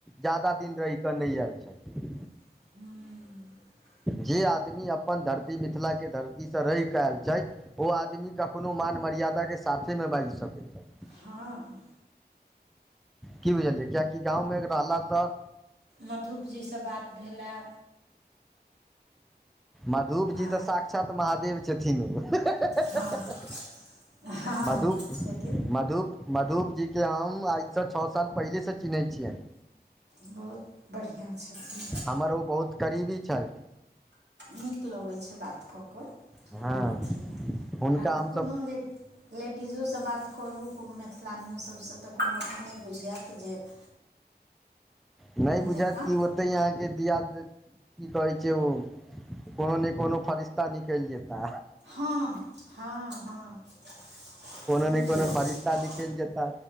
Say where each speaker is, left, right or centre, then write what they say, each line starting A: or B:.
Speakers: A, in the centre; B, on the right (about 80°).
A: जादा दिन रहिकऽ नै आयल छथि।
B: हूं।
A: जे आदमी अपन धरती मिथिला के धरतीसँ रहि कऽ आयल छाथि। ओ आदमी कखनो मान मर्यादाके साथेमें बाजि सकैत छैथ।
B: हाँ
A: की बुझलिया कियकि गाँंवमे रहल स ऽ
B: माधुजीसँ बात भेलै हे?
A: माधु जी
B: आर
A: तऽ साक्षात महादेव छथिन ओ,
B: हँ हँ
A: मधु
B: लेकिन
A: मधु मधु जी, कि हम आइसँ छओ साल पहिलेसँ चिन्हैत छियै।
B: बहुत बढ़िआँ छथिन।
A: हमर ओ बहुत गरीबी छल।
B: नीक लगैत छै बात कऽ कऽ
A: हँ
B: कोनो अथी नहि
A: हुनका
B: आर
A: हमसभ
B: कोनो लेल। लेडीजोसँ बात करू कोनो मैथिलानिओ सभसँ तऽ कोनो नहि बुझायत जे। <inaudible>
A: नहि बुझत
B: जकाँ
A: कि ओतहि अहाँके दआ की कहैत छै ओ। कोनो नहि कोनो फरिश्ता निकलि जेता।
B: हँ हँ हँ <inaudible>
A: कोनो ने कोनो
B: लगै
A: फरिश्ता
B: छै
A: निकल जता